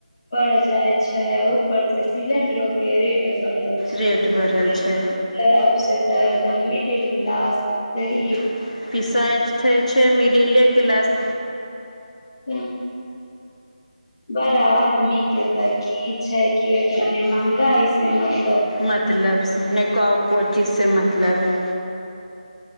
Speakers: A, on the left; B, on the left.
A: पर जाइ छै, ऊपर से सिलेंडरों के रेट बढ़ल छै,
B: रेट बढ़ल
A: <unintelligible>
B: छै
A: खराब से तऽ द मिडिल क्लास जरी
B: <unintelligible> पिसैत छै मिडिले क्लास
A: छै। बड़ा आदमी के तऽ की छै कि अ <unintelligible> महगाई से म
B: मतलब स नहि क को चीज से मतलब है।